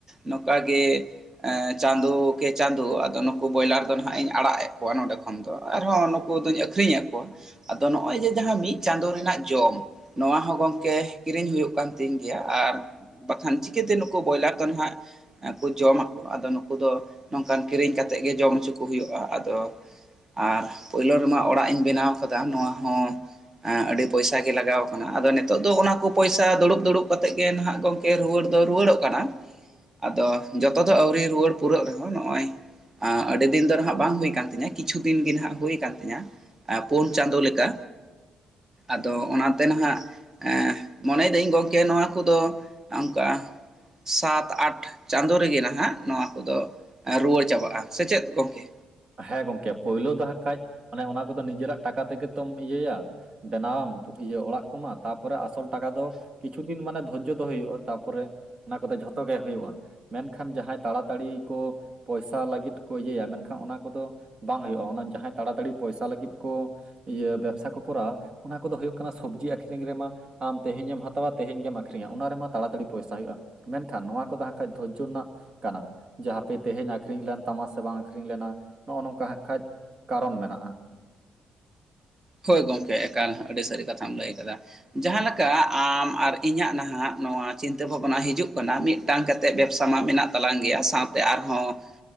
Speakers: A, on the right; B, on the right.
A: ᱱᱚᱝᱠᱟ ᱜᱮ᱾ ᱮᱸ ᱪᱟᱸᱫᱚ ᱠᱮ ᱪᱟᱸᱫᱚ ᱟᱫᱚ ᱱᱩᱠᱩ ᱵᱚᱭᱞᱟᱨ ᱫᱚ ᱱᱟᱦᱟᱜ ᱤᱧ ᱟᱲᱟᱜ ᱮᱫ ᱠᱚᱣᱟ ᱱᱚᱸᱰᱮ᱾ ᱛᱚᱠᱷᱚᱱ ᱫᱚ ᱟᱨᱦᱚᱸ ᱱᱩᱠᱩ ᱫᱚᱧ ᱟᱹᱠᱷᱨᱤᱧᱮᱫ ᱠᱚᱣᱟ, ᱟᱫᱚ ᱱᱚᱜᱼᱚᱭ ᱡᱮ ᱡᱟᱦᱟᱸ ᱢᱤᱫ ᱪᱟᱸᱫᱳ ᱨᱮᱱᱟᱜ ᱡᱚᱢ᱾ ᱱᱚᱣᱟ ᱦᱚᱸ ᱜᱚᱝᱠᱮ ᱠᱤᱨᱤᱧ ᱦᱩᱭᱩᱜ ᱠᱟᱱ ᱛᱤᱧ ᱜᱮᱭᱟ ᱟᱨ᱾ ᱵᱟᱠᱷᱟᱱ ᱪᱤᱠᱟᱹᱛᱮ ᱱᱩᱠᱩ ᱵᱚᱭᱞᱟᱨ ᱫᱚ ᱦᱟᱸᱜᱼᱼ ᱡᱚᱢ ᱟᱠᱚ ᱟᱫᱚ ᱱᱩᱠᱩ ᱫᱚ ᱱᱚᱝᱠᱟᱱ ᱠᱤᱨᱤᱧ ᱠᱟᱛᱮᱜ ᱜᱮ ᱡᱚᱢ ᱦᱚᱪᱚ ᱠᱚ ᱦᱩᱭᱩᱜᱼᱟ ᱟᱫᱚᱼᱼ ᱟᱨ ᱯᱳᱭᱞᱳ ᱨᱮᱢᱟ ᱚᱲᱟᱜ ᱤᱧ ᱵᱮᱱᱟᱣ ᱠᱟᱫᱟ ᱱᱚᱣᱟ ᱦᱚᱸᱼᱼ ᱟᱹᱰᱤ ᱯᱚᱭᱥᱟ ᱜᱮ ᱞᱟᱜᱟᱣ ᱠᱟᱱᱟ ᱟᱫᱚ ᱱᱤᱛᱚᱜ ᱫᱚ ᱚᱱᱟ ᱠᱚ ᱯᱚᱭᱥᱟ ᱫᱩᱲᱩᱵ ᱫᱩᱲᱩᱵ ᱠᱟᱛᱮᱫ ᱜᱮ ᱱᱟᱦᱟᱜᱼᱼ ᱜᱚᱢᱠᱮ ᱨᱩᱣᱟᱹᱲ ᱫᱚ ᱨᱩᱣᱟᱹᱲᱚᱜ ᱠᱟᱱᱟ, ᱟᱫᱚ ᱡᱚᱛᱚ ᱫᱚ ᱟᱹᱣᱨᱤ ᱨᱩᱣᱟᱹᱲ ᱯᱩᱨᱟᱹᱜ ᱨᱮᱦᱚᱸ ᱱᱚᱜᱼᱚᱭᱼᱼ ᱟᱹᱰᱤ ᱫᱤᱱ ᱫᱚ ᱦᱟᱸᱜ ᱵᱟᱝ ᱦᱩᱭ ᱠᱟᱱ ᱛᱤᱧᱟᱹ ᱠᱤᱪᱷᱩ ᱫᱤᱱ ᱜᱮ ᱦᱟᱸᱜ ᱦᱩᱭ ᱠᱟᱱ ᱛᱤᱧᱟᱹ, ᱯᱳᱱ ᱪᱟᱸᱫᱳ ᱞᱮᱠᱟ᱾ ᱟᱫᱚ ᱚᱱᱟ ᱛᱮ ᱱᱟᱦᱟᱜ ᱢᱚᱱᱮᱭ ᱫᱟᱹᱧ ᱜᱚᱢᱠᱮ ᱱᱚᱣᱟ ᱠᱚᱫᱚᱼᱼ ᱚᱱᱠᱟᱼᱼ ᱥᱟᱛ ᱟᱴ ᱪᱟᱸᱫᱳ ᱨᱮᱜᱮ ᱱᱟᱦᱟᱜ ᱱᱚᱣᱟ ᱠᱚᱫᱚ ᱨᱩᱣᱟᱹᱲ ᱪᱟᱵᱟᱜᱼᱟ᱾ ᱥᱮ ᱪᱮᱫ ᱜᱚᱢᱠᱮ?
B: ᱦᱮᱸ ᱜᱚᱝᱠᱮ ᱯᱳᱭᱞᱳ ᱫᱚ ᱦᱟᱸᱜ ᱠᱷᱟᱡ ᱢᱟᱱᱮ ᱚᱱᱟ ᱠᱚᱫᱚ ᱱᱤᱡᱮᱨᱟᱜ ᱴᱟᱠᱟ ᱛᱮᱜᱮ ᱛᱚᱢ ᱤᱭᱟᱹᱭᱟ᱾ ᱵᱮᱱᱟᱣᱟᱢ ᱤᱭᱟᱹ ᱚᱲᱟᱜ ᱠᱚᱢᱟ ᱛᱟᱨᱯᱚᱨᱮ ᱟᱥᱚᱞ ᱴᱟᱠᱟ ᱫᱚᱼᱼ ᱠᱤᱪᱷᱩ ᱫᱤᱱ ᱢᱟᱱᱮ ᱫᱷᱳᱨᱡᱚ ᱫᱚᱦᱚ ᱦᱩᱭᱩᱜᱼᱟ, ᱛᱟᱨᱯᱚᱨᱮᱼᱼ ᱚᱱᱟ ᱠᱚᱫᱚ ᱡᱷᱚᱛᱚ ᱜᱮ ᱦᱩᱭᱩᱜᱼᱟ᱾ ᱢᱮᱱᱠᱷᱟᱱ ᱡᱟᱦᱟᱸᱭ ᱛᱟᱲᱟᱛᱟᱲᱤ ᱠᱚ ᱯᱚᱭᱥᱟ ᱞᱟᱹᱜᱤᱫᱼᱼ ᱠᱚ ᱤᱭᱟᱹᱭᱟ ᱢᱮᱱᱠᱷᱟᱱ ᱚᱱᱟ ᱠᱚᱫᱚ ᱵᱟᱝ ᱦᱩᱭᱩᱜᱼᱟ, ᱚᱱᱟ ᱡᱟᱦᱟᱸᱭ ᱛᱟᱲᱟᱛᱟᱲᱤ ᱯᱚᱭᱥᱟ ᱞᱟᱹᱜᱤᱫ ᱠᱚᱼᱼ ᱤᱭᱟᱹ ᱵᱮᱵᱥᱟ ᱠᱚ ᱠᱚᱨᱟᱣᱟ ᱚᱱᱟ ᱠᱚᱫᱚ ᱦᱩᱭᱩᱜ ᱠᱟᱱᱟ ᱥᱚᱵᱽᱡᱤ ᱟᱠᱷᱨᱤᱧ ᱨᱮᱢᱟᱼᱼ ᱟᱢ ᱛᱮᱦᱮᱧ ᱮᱢ ᱦᱟᱛᱟᱣᱟ ᱛᱮᱦᱮᱧ ᱜᱮᱢ ᱟᱠᱷᱨᱤᱧᱟ ᱚᱱᱟ ᱨᱮᱢᱟ ᱛᱟᱲᱟ ᱛᱟᱲᱤ ᱯᱚᱭᱥᱟ ᱦᱩᱭᱩᱜᱼᱟ᱾ ᱢᱮᱱ ᱠᱷᱟᱱ ᱱᱚᱣᱟ ᱠᱚᱫᱚ ᱦᱟᱸᱜ ᱠᱷᱟᱡ ᱫᱷᱳᱨᱡᱚ ᱨᱮᱱᱟᱜ ᱠᱟᱱᱟ ᱡᱟ ᱦᱟᱸᱯᱮ ᱛᱮᱦᱮᱧ ᱟᱠᱷᱨᱤᱧ ᱞᱮᱱᱼᱼ ᱛᱟᱢᱟ ᱥᱮ ᱵᱟᱝ ᱟᱠᱷᱨᱤᱧ ᱞᱮᱱᱟ ᱱᱚᱜᱼᱚ ᱱᱚᱝᱠᱟ ᱦᱟᱸᱜ ᱠᱷᱟᱡ ᱠᱟᱨᱚᱱ ᱢᱮᱱᱟᱜᱼᱟ᱾
A: ᱦᱳᱭ ᱜᱚᱢᱠᱮ ᱮᱠᱟᱞ ᱟᱹᱰᱤ ᱥᱟᱹᱨᱤ ᱠᱟᱛᱷᱟᱢ ᱞᱟᱹᱭ ᱟᱠᱟᱫᱟ᱾ ᱡᱟᱦᱟᱸ ᱞᱮᱠᱟ ᱟᱢ ᱟᱨ ᱤᱧᱟᱹᱜ ᱱᱟᱦᱟᱜ ᱱᱚᱣᱟ ᱪᱤᱱᱛᱟᱹ ᱵᱷᱟᱵᱽᱱᱟ ᱦᱤᱡᱩᱜ ᱠᱟᱱᱟ, ᱢᱤᱫᱼᱼ ᱢᱤᱫ ᱴᱟᱝ ᱠᱟᱛᱮᱫ ᱵᱮᱵᱥᱟ ᱢᱟ ᱢᱮᱱᱟᱜ ᱛᱟᱞᱟᱝ ᱜᱮᱭᱟ ᱥᱟᱸᱣᱛᱮ ᱟᱨᱦᱚᱸᱼᱼ